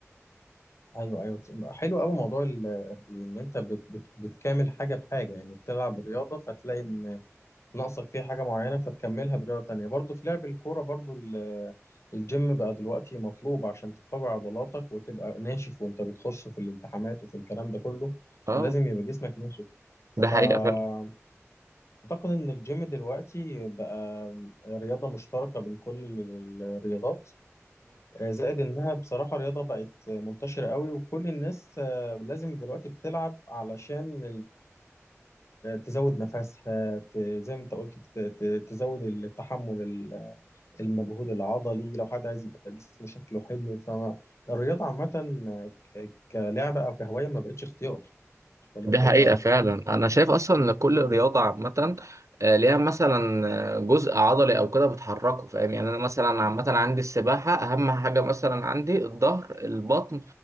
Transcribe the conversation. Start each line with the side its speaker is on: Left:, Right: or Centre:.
Left: أيوه أيوه حلو أوي موضوع ال... إن أنت بت... بت... بتكامل حاجة بحاجة يعني بتلعب رياضة فتلاقي إن ناقصك فيها حاجة معينة فتكملها برياضة تانية برضو في لعب الكورة برضو ال- الجيم بقى دلوقتي مطلوب عشان تقوي عضلاتك وتبقى ناشف وانت بتخش في الالتحامات وفي الكلام ده كله
Right: اه
Left: فلازم يبقى جسمك ناشف فأعتقد
Right: ده حقيقة فعلا
Left: إن الجيم دلوقتي بقى رياضة مشتركة بين كل ال- الرياضات آه، زائد إنها بصراحة رياضة بقت منتشرة قوي وكل الناس آه، لازم دلوقتي بتلعب علشان تزود نفسها ت- زي ما انت قلت ت- ت- تزود التحمل ال- المجهود العضلي لو حد عايز يبقى جسمه شكله حلو فالرياضة عامة ك- كلعبة أو كهواية ما بقتش اختيار ولا
Right: دي
Left: أنت
Right: حقيقة
Left: إيه رأيك؟
Right: فعلا أنا شايف أصلا إن كل رياضة عامة آه، ليها مثلا آه، جزء عضلي أو كده بتحركه فاهم يعني أنا مثلا عامة عندي السباحة أهم حاجة مثلا عندي الظهر البطن